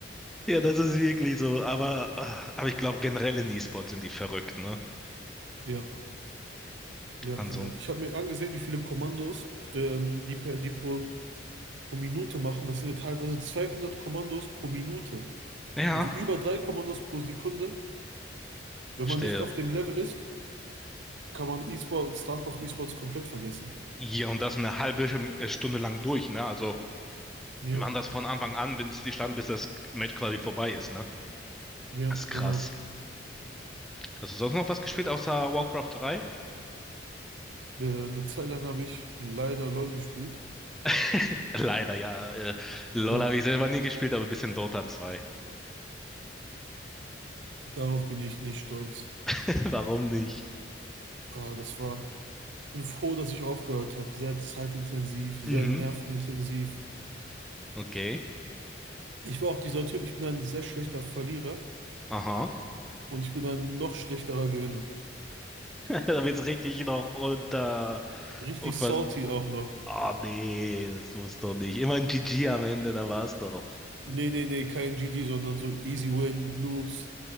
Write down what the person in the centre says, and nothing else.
Ja, das ist wirklich so, aber ah, Aber ich glaube, generell in E-Sport sind die verrückt, ne?
An
so
einem,
ja,
stell
hier und das eine halbe Sch- Stunde lang durch, ne? Also,
man das von Anfang an, bis die stand, bis das Match quasi vorbei ist, ne?
Das ist krass.
Hast du sonst noch was gespielt außer Warcraft 3?
<laughs> Leider, ja. Äh, LOL
habe ich selber nie gespielt, aber ein bisschen Dota 2.
<laughs> Warum nicht?
Mhm.
Okay.
Aha. <laughs>
Da wird's richtig noch unter.
Und quasi.
Ah nee, das muss doch nicht. Immer ein GG am Ende, da war's doch.